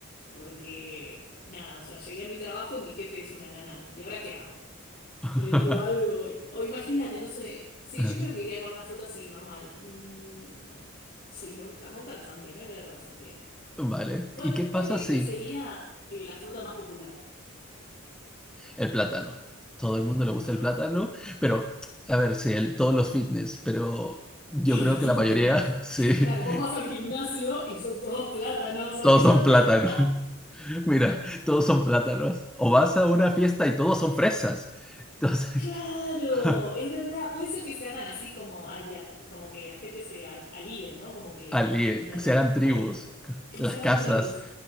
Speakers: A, on the left (about 45°); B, in the centre.
A: porque nada, o sea, llegué a mi trabajo y mi jefe es una nana. ¿Y ahora qué hago?
B: <laughs>
A: Le digo algo, o imagínate, no sé. Sí,
B: Ah,
A: yo creo que iría con una fruta así, normal. Mm, sí, me gusta, me gusta la sandía, me voy a quedar con la sandía.
B: Vale.
A: ¿Cuál,
B: ¿Y qué
A: cuál
B: pasa
A: crees
B: si
A: que sería eh, la fruta más popular?
B: el plátano? Todo
A: El
B: el mundo
A: plátano,
B: le gusta
A: ¿no?
B: el plátano,
A: <laughs>
B: pero a ver, sí, el- todos los fitness, pero yo
A: Todos
B: creo
A: los fitness.
B: que la mayoría, sí, <laughs>
A: Claro, vos vas al gimnasio y son todos plátanos, olvídate.
B: todos son plátanos. <laughs> Mira, todos son plátanos. O vas a una fiesta y todos son fresas. Entonces,
A: Claro,
B: <laughs>
A: es verdad, puede ser que se hagan así como alia- como que la gente se al- alíe, ¿no? Como que
B: ali-
A: de
B: que
A: re-
B: se hagan tribus,
A: a- que
B: las
A: se hagan
B: casas,
A: tribus,